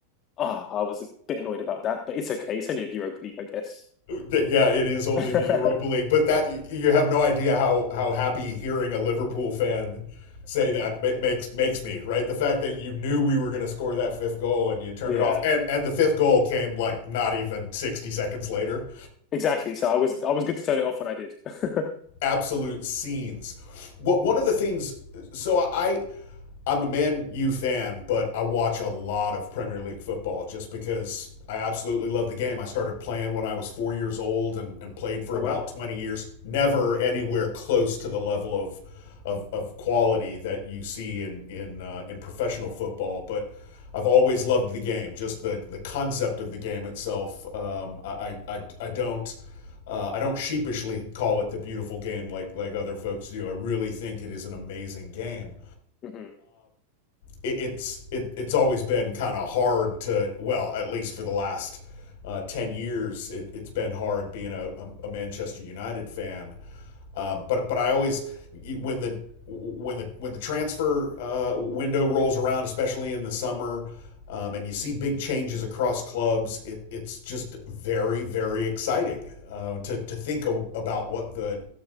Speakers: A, on the left; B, on the left.
A: Ah, I was a bit annoyed about that, but it's okay. It's only a Europa League, I guess.
B: That- Yeah, it is only
A: <laughs>
B: the Europa League, but that y- you have no idea how how happy hearing a Liverpool fan say that ma- makes makes me, right? The fact that you knew we were going to score that fifth goal and you turned
A: Yeah,
B: it off, and and the fifth goal came like not even 60 seconds later.
A: exactly. So I was I was good to turn it off when I did. <laughs>
B: absolute scenes. What one of the things? So I, I'm a Man U fan, but I watch a lot of Premier League football just because I absolutely love the game. I started playing when I was four years old and, and played for
A: Oh
B: about
A: wow.
B: 20 years. Never anywhere close to the level of of, of quality that you see in in uh, in professional football, but. I've always loved the game, just the, the concept of the game itself. Um, I, I, I don't uh, I don't sheepishly call it the beautiful game like like other folks do. I really think it is an amazing game
A: hmm
B: it, it's it, it's always been kind of hard to well, at least for the last uh, ten years, it, it's been hard being a, a, Manchester United fan. Uh, but but I always when the when the when the transfer uh, window rolls around, especially in the summer, um, and you see big changes across clubs, it, it's just very very exciting uh, to to think of, about what the